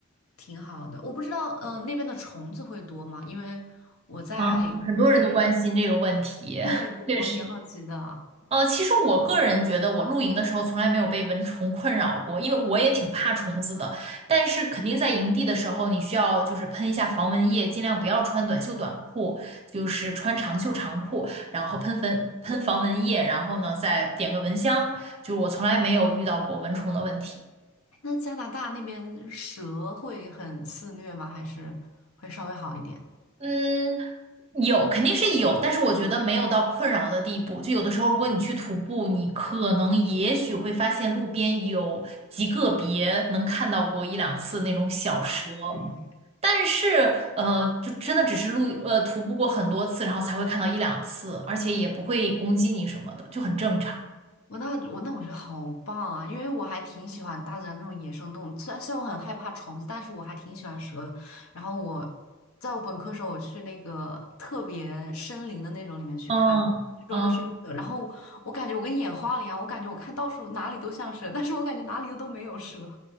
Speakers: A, on the left; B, on the right.
A: 挺好的。我不知道，嗯，那边的虫子会多吗？因为我在我这边，
B: 啊，很多人都关心这个问题，
A: 对对，
B: <laughs> 确实。
A: 我还挺好奇的。
B: 呃，其实我个人觉得，我露营的时候从来没有被蚊虫困扰过，因为我也挺怕虫子的。但是肯定在营地的时候，你需要就是喷一下防蚊液，尽量不要穿短袖短裤，就是穿长袖长裤，然后喷粉喷防蚊液，然后呢再点个蚊香。就是我从来没有遇到过蚊虫的问题。
A: 那加拿大那边蛇会很肆虐吗？还是会稍微好一点？
B: 嗯，有，肯定是有，但是我觉得没有到困扰的地步。就有的时候，如果你去徒步，你可能也许会发现路边有极个别能看到过一两次那种小蛇，
A: 哇塞！
B: 但是呃，就真的只是路呃徒步过很多次，然后才会看到一两次，而且也不会攻击你什么的，就很正常。
A: 我那我那我觉得好棒啊，因为我还挺喜欢大自然那种野生动物。虽然虽然我很害怕虫子，但是我还挺喜欢蛇的。然后我在我本科时候，我去那个特别森林的那种里面去看，
B: 嗯嗯，
A: 周围都是绿的。然后我感觉我跟眼花了一样，我感觉我看到处哪里都像蛇，但是我感觉哪里又都没有蛇。